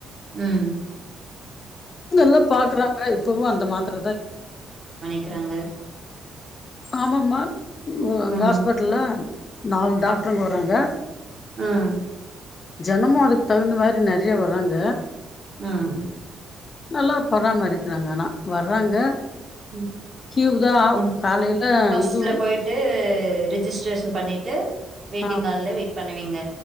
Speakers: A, on the right; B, on the left.
A: உம்
B: நல்லா பாக்குறாங்க இப்பவு அந்த மாத்திரதா
A: க்கிறாங்க
B: ஆமாமா அங்க
A: ம்
B: ஹாஸ்பிட்டல்ல நாலு டாக்டருங்க வர்றாங்க
A: ஆஹ்
B: ஜனமு அதுக்கு தகுந்த மாரி நெறயா வர்ராங்க
A: ஆஹ்
B: நல்லா பராமரிக்கிறாங்க ஆனா வர்றாங்க
A: ம்
B: கீவுதா
A: ம்
B: காலைல
A: ஃபர்ஸ்ட்ல
B: இதுவும்
A: போயிட்டு ரிஜிஸ்ட்ரேஷன் பண்ணிட்டு வெயிட்டிங்
B: ஆமா
A: ஹால்ல வெயிட் பண்ணுவீங்க